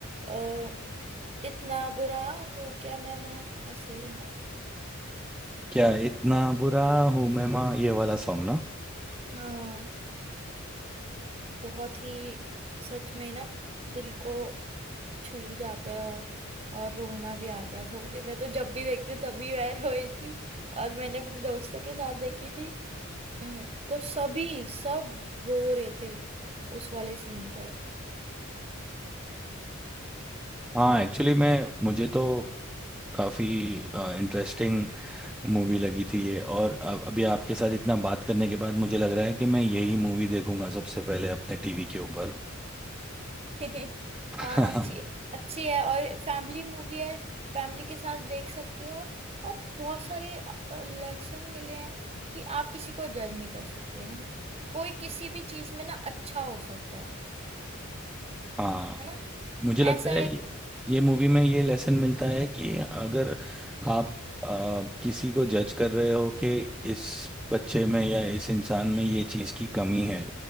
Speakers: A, on the right (about 30°); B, in the centre.
A: अ, इतना बुरा हूँ क्या मैं माँ ऐसे है ना
B: क्या इतना बुरा हूँ मैं माँ ये वाला सॉन्ग ना
A: हाँ बहुत ही सच में ना दिल को छू जाता है और और रोना भी आ गया था मुझे मैं तो जब भी देखती हूँ तभी मैं <laughs> रोई थी और मैंने अपने दोस्तों के साथ देखी थी हम्म, तो सभी सब रो रहे थे उस वाले सीन पर
B: हाँ एक्चुअली मैं मुझे तो काफी इंटरेस्टिंग मूवी लगी थी ये और अब अभी आपके साथ इतना बात करने के बाद मुझे लग रहा है कि मैं यही मूवी देखूंगा सबसे पहले अपने टीवी के ऊपर
A: <laughs>
B: <laughs>
A: हाँ अच्छी अच्छी है और फैमिली मूवी है फैमिली के साथ देख सकते हो और और बहुत सारे लेसन मिले हैं कि आप किसी को जज नहीं कर सकते है ना कोई किसी भी चीज में ना अच्छा हो सकता है
B: हाँ
A: है ना
B: मुझे लगता
A: ऐसा है
B: है ये ये मूवी में ये लेसन मिलता है कि अगर आप आ, किसी को जज कर रहे हो कि इस बच्चे में या इस इंसान में ये चीज़ की कमी है